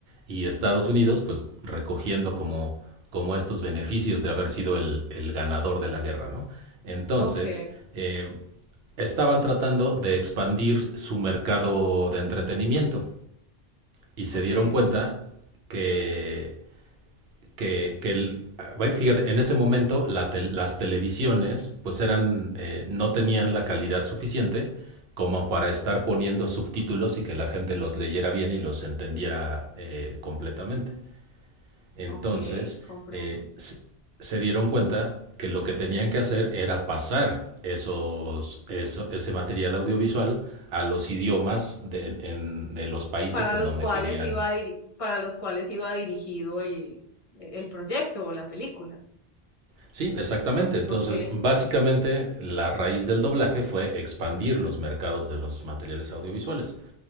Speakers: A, on the right; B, on the left.
A: y Estados Unidos pues recogiendo como, como estos beneficios de haber sido el, el ganador de la guerra, ¿no? Entonces,
B: Ok,
A: eh, estaban tratando de expandir su mercado de entretenimiento y se
B: ok,
A: dieron cuenta que, que, que el, bueno, fíjate, en ese momento la te, las televisiones pues eran, eh, no tenían la calidad suficiente como para estar poniendo subtítulos y que la gente los leyera bien y los entendiera eh, completamente. Entonces,
B: ok, comprendo.
A: eh, se se dieron cuenta que lo que tenían que hacer era pasar esos, eso, ese material audiovisual a los idiomas de, en, de los países
B: para
A: en
B: los
A: donde
B: cuales
A: querían
B: iba diri- para los cuales iba dirigido el, el proyecto o la película.
A: Sí, exactamente. Entonces,
B: Ok,
A: básicamente la raíz del doblaje fue expandir los mercados de los materiales audiovisuales.